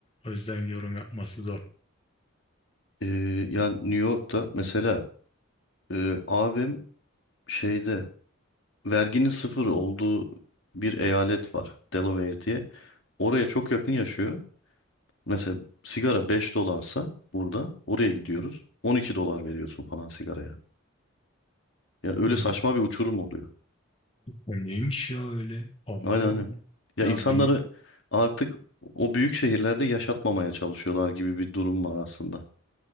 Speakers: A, on the left; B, on the left.
A: O yüzden yorum yapması zor.
B: E, yani New York'ta mesela Ee, abim şeyde verginin sıfır olduğu bir eyalet var. Delaware diye. Oraya çok yakın yaşıyor. Mesela sigara 5 dolarsa burada oraya gidiyoruz. on iki dolar veriyorsun falan sigaraya. Ya öyle
A: O
B: saçma bir uçurum oluyor.
A: neymiş ya öyle? Abo.
B: Aynen aynen. Ya
A: Ya
B: insanları
A: bilmi-
B: artık o büyük şehirlerde yaşatmamaya çalışıyorlar gibi bir durum var aslında.